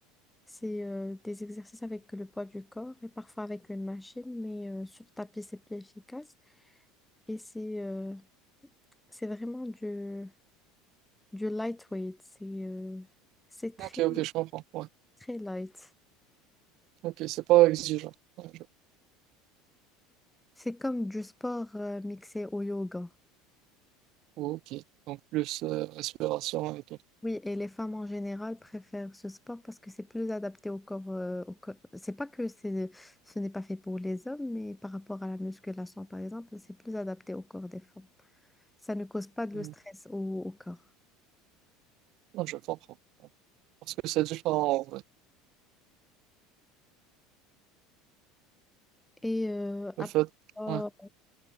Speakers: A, in the centre; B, on the right.
A: C'est euh, des exercices avec le poids du corps et parfois avec une machine, mais euh, sur tapis, c'est plus efficace. Et c'est euh, c'est vraiment du, du lightweight. C'est euh, c'est très,
B: Ok, ok, je comprends. ouais.
A: très light.
B: Ok, c'est pas exigeant. Ouais, je-
A: C'est comme du sport euh, mixé au yoga.
B: Ok, donc plus euh, respiration et tout.
A: Oui, et les femmes en général préfèrent ce sport parce que c'est plus adapté au corps. euh, au co- C'est pas que c'est, ce n'est pas fait pour les hommes, mais par rapport à la musculation, par exemple, c'est plus adapté au corps des femmes. Ça ne cause pas de
B: Hmm.
A: stress au, au corps.
B: Ouais, je comprends. Parce que c'est différent en vrai.
A: Et euh, après,
B: Le fait,
A: euh,
B: ouais.